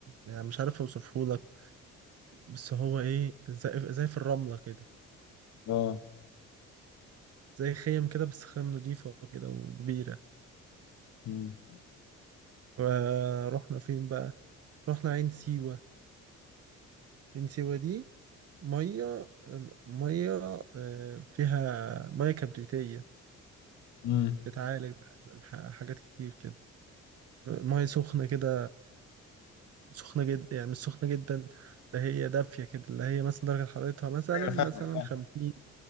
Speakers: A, on the right; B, on the left.
A: يعني مش عارف اوصفه لك بس هو ايه زي زي في الرمله كده
B: اه
A: زي خيم كده بس خيم نضيفه كده وكبيره
B: مم.
A: ورحنا فين بقى رحنا عين سيوة عين سيوة دي مية مية آه، فيها مية كبريتية
B: مم.
A: بتعالج بح- حاجات كتير كده مية سخنة كده سخنة جدا يعني مش سخنة جدا ده هي دافية كده اللي هي مثلا درجة حرارتها مثلا
B: ايوه
A: مثلا
B: فاهمك فاهم
A: خمسين